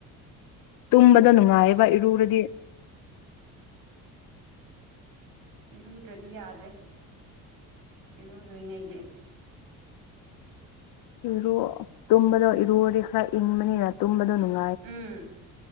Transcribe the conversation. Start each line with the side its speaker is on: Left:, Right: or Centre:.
Left: ꯇꯨꯝꯕꯗ ꯅꯨꯡꯉꯥꯏꯌꯦꯕ ꯏꯔꯨꯔꯗꯤ
Right: ꯏꯔꯨꯗ꯭ꯔꯗꯤ ꯌꯥꯗ꯭ꯔꯦ ꯏꯔꯨꯗꯣꯏꯅꯦ ꯑꯩꯗꯤ
Left: ꯏꯔꯨ ꯇꯨꯝꯕꯗꯣ ꯏꯔꯨꯔꯗꯤ ꯈꯔ ꯏꯪꯕꯅꯤꯅ ꯇꯨꯝꯕꯗꯣ ꯅꯨꯡ
Right: ꯎꯝ